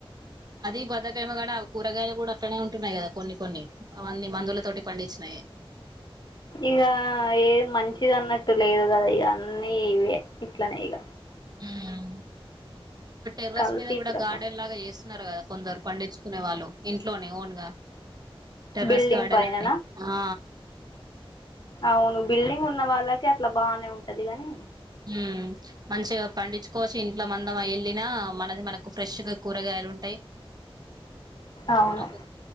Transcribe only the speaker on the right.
అది బాదక్ ేమ గడ కూరగాయలు కూడా అట్లనే ఉంటున్నాయి కదా కొన్ని కొన్ని ఆవన్ని మందుల తోటి పండించినాయే
హ్మ్ టెర్రస్
మీద కూడా
గార్డెన్ లాగా చేస్తున్నారు కదా కొందరు పండించుకునే వాళ్ళు ఇంట్లోనే ఓన్గా టెర్రస్
గార్డన్
అని ఆ
మ్మ్ మంచిగా పండించుకోవచ్చు ఇంట్లో మందం వెళ్ళిన మనది మనకు ఫ్రెష్ గా కూరగాయలు ఉంటాయి
ఆకు